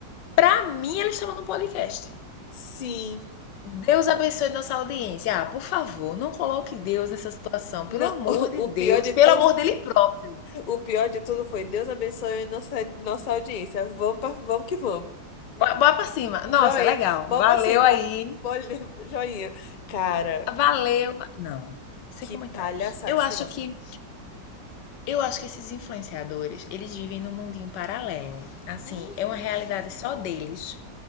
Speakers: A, on the left; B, on the left.
A: Pra mim, ela estava no podcast.
B: sim.
A: Deus abençoe nossa audiência. Ah, por favor, não coloque Deus nessa situação.
B: Não,
A: Pelo amor
B: <laughs>
A: de
B: o
A: Deus,
B: pior de
A: pelo
B: tudo,
A: amor dele próprio.
B: o pior de tudo foi Deus abençoe nossa, nossa audiência. Vamos, pra, vamos que vamos.
A: Bora pra cima. Nossa,
B: Joinha,
A: legal.
B: mão
A: Valeu
B: pra cima.
A: aí.
B: Olha, <laughs> Joinha. Cara,
A: Valeu. Não, sem
B: que
A: comentários.
B: palhaçada
A: Eu
B: esse
A: acho
B: negócio.
A: que eu acho que esses influenciadores, eles vivem num mundinho paralelo. Assim,
B: Uhum.
A: é uma realidade só deles,